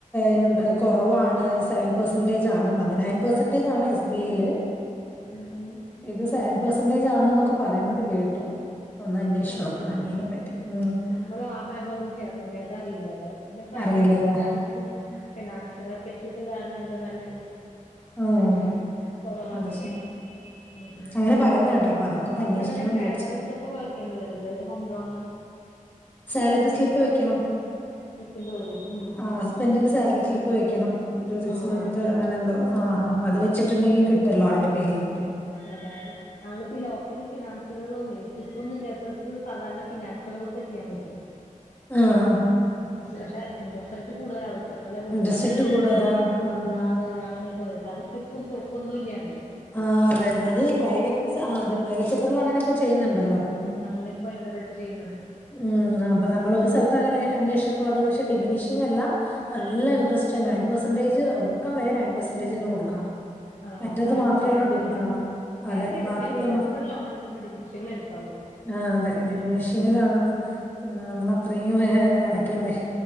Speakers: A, on the left; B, on the left.
A: എന്താ കുറവാണ് സെവൻ പെർസെന്റേജാണ്, നയൻ പെർസെന്റേജാണ്, എസ്- ബി. യില്
B: ഉം, ഉം.
A: ഇത് സെവൻ പെർസെന്റേജാണ് എന്നൊക്കെ- പറയുന്നത് കേട്ടു. ഒന്നന്വേഷിച്ച്
B: അത്
A: നോക്കണം
B: ശരി.
A: ഇനി അതിനെ പറ്റി ഉം.. !
B: നമ്മൾ ആ ഹാ ബാങ്കൊന്നും ചെയ്യാത്തോണ്ട അത അറിയില്ലട്ടോ, പിന്നെ പ്രൈവറ്റ്
A: അറിയില്ലല്ലേ
B: ബാങ്ക്- ക്കും ഫിനാൻസിനെ പറ്റിട്ട് ധാരണ ഉണ്ട് ന്നല്ലാണ്ട്
A: ഉം
B: അയ്ശെരി കുറവാണ്ലേ
A: അത് ശരി
B: ഉം ഉം
A: അങ്ങനെ
B: ഉം
A: പറയുന്നത് കേട്ടോ അപ്പൊ അതൊക്കെ ഒന്ന്
B: അവടെങ്ങനെ
A: അന്വേഷിക്കണം
B: സാലറീസും
A: വിചാരിച്ചു
B: ഇപ്പ വയ്ക്കേണ്ടി വരൂല്ലല്ലേ ഹോം ലോൺന്
A: സാലറി സ്ലിപ്പ് വെക്കണം
B: വെക്കേണ്ടി വരും ഉം
A: ആഹ്
B: ഉം
A: ഹസ്ബൻഡിന്റെ
B: ഉം.
A: സാലറി സ്ലി പ്പ് വെക്കണം ഒരു സിക്സ്
B: ആ
A: മന്ത്
B: വെക്കണം
A: അങ്ങനെ എന്തോ ആ അപ്പോ അത് വെച്ചിട്ടുണ്ടെങ്കി കിട്ടല്ലോ ആൾടെ പേരില് കി
B: അതാണ് ല്ലെ നമ്മളിപ്പോ ഈ ലോക്കല് ഫിനാൻസ് ത്ത്കള്ലൊന്നേ സ്ലിപ്പ് ഒന്നും ഇല്ലാത്തോർക്ക് സാധാരണ ഫിനാൻസുകളോക്കെ ചെയ്യാൻ പറ്റും
A: ആഹ് ആഹ്
B: ല്ല പഷേ ഇൻറസ്റ്റ്റേറ്റ് കൂടുതലാവും ട്ടോ നല്ല കൂടുതലാവും
A: ഇൻട്രസ്റ്റ് റേറ്റ് കൂടും അതാണ്
B: പതിന
A: ഉം.
B: <unintelligible> അങ്ങനെക്കെ വേരും കാരണം സ്ലിപ്പും പ്രൂഫും ഒന്നും ഇല്ല്യാണ്ടേ
A: ആഹ് അതെന്നെ അത് പ്രൈവറ്റ് ആഹ് അതെ പ്രൈവറ്റ് സെക്റ്ററിലങ്ങനെ അങ്ങനൊക്കെ ചെയ്യുന്നുണ്ടല്ലോ
B: ഉം അങ്ങനൊക്കെ ബയങ്കരായിട്ട് ചെയ്യുന്നോണ്ട്
A: ഉം അപ്പ നമ്മളൊരു സ്ഥലത്ത് അങ്ങനെ അന്വേഷ്ച്ചപ്പോ അത് പഷേ ഡിമിനിഷിങ് അല്ല നല്ല ഇൻട്രസ്റ്റ് തന്നെ നയൻ പെസെന്റേജ് ഒടുക്കം വരെ നയൻ പെസെന്റേജ് ന്നെ കൊടുക്കണം
B: ആഹ്
A: മറ്റേത്
B: ഫ്ലാറ്റ്
A: മാത്രമേ
B: ഫ്ലാറ്റ്ല്ലെ
A: ഉള്ളൂ ഡിം- ആ,
B: ഫ്ലാറ്റില്
A: അതെ
B: എടുക്കരുത്
A: ബാക്കിയുള്ള
B: ട്ടോ എപ്പഴും ലോൺ എടുക്കുമ്പോ ഡിമിനിഷിങ്ങിലെ എടുക്കാവൂ
A: ആഹ് അതെ ഡിമിനിഷിങ്ങിലാണ്
B: ഉം
A: പിന്നെ നമ്മൾ അത്രയും ഏഹ് അടക്കണ്ടേ